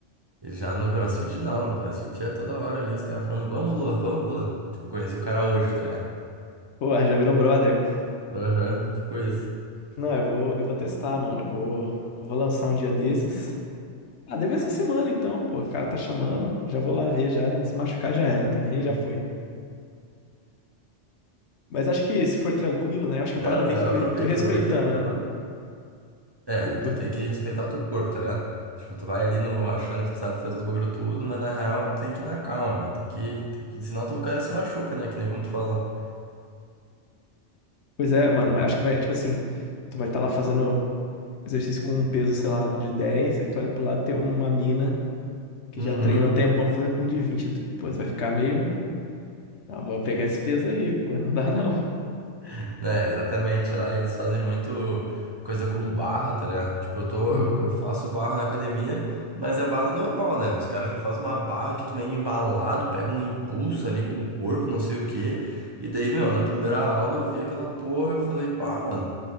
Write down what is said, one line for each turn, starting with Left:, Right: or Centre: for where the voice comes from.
Right: Já no CrossFit, não. No CrossFit é toda hora ali os caras falando, vamos, Lua, vamos, Lua. Tipo, conheci o cara hoje, tá ligado?
Left: Porra, já virou brother.
Right: Aham, tipo isso.
Left: Não, eu vou, eu vou testar, mano. Eu vou, vou lançar um dia desses. Ah, deve essa semana então, pô. O cara tá chamando. Já vou lá ver, já. Não se machucar já era também, já foi. Mas acho que se for tranquilo, né? Acho que
Right: Não,
Left: a parada é meio
Right: Zé,
Left: que tu,
Right: aproveita,
Left: tu ir respeitando,
Right: aproveita que tem alguém chamando.
Left: né?
Right: É,
Left: Tipo,
Right: tu
Left: tu...
Right: tem que respeitar o teu corpo, tá ligado? Tipo, tu vai ali no, achando que tu sabe fazer os bagulho tudo, mas na real tu tem que ir na calma, tem que, tem que, senão tu, o cara se machuca, né? Que nem como tu falou.
Left: Pois é, mano, mas acho que vai, tipo assim, tu vai estar lá fazendo exercício com um peso, sei lá, de 10. aí tu olha pro lado tem uma mina que
Right: Uhum.
Left: já treina um tempão fazendo com um de 20. Tu, pô, tu vai ficar meio. Ah, vou pegar esse peso aí, pô, não dá não. <laughs>
Right: <laughs> É, exatamente, lá eles fazem muito coisa com barra, tá ligado? Tipo, eu tô,
Left: Uhum.
Right: eu, eu faço barra na academia, mas é barra normal, né? Os caras já fazem uma barra que tu vem embalado, pega um impulso ali com o corpo, não sei o quê. E daí, meu, na primeira aula eu vi aquela porra, eu falei, pá, mano,